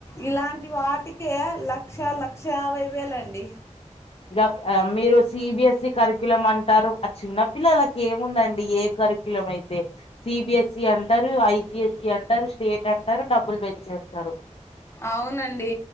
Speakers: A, on the left; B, on the left.
A: ఇలాంటి వాటికే లక్ష లక్ష యాభై వేలండి
B: గ మీరు సిబిఎస్ఈ కరికులం అంటారు ఆ చిన్నపిల్లలకి ఏముందండి ఏ కర్క్యులమైతే సిబిఎస్సి అంటారు ఐసిఎస్సి అంటారు స్టేట్ అంటారు డబ్బులు పెంచేస్తారు
A: అవునండి